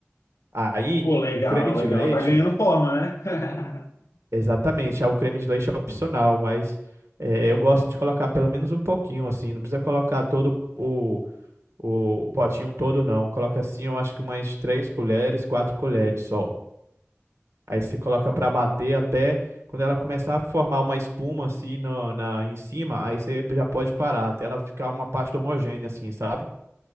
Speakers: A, on the right; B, on the left.
A: Aí
B: pô, legal,
A: o creme de
B: legal.
A: leite.
B: Tá ganhando forma, né? <laughs>
A: Exatamente, ah, o creme de leite é opcional, mas eh, eu gosto de colocar pelo menos um pouquinho, assim, não precisa colocar todo o, o potinho todo, não. Coloca assim, eu acho que umas três colheres, quatro colheres só. Aí você coloca para bater até quando ela começar a formar uma espuma assim no, na, em cima, aí você já pode parar, até ela ficar uma pasta homogênea, assim, sabe?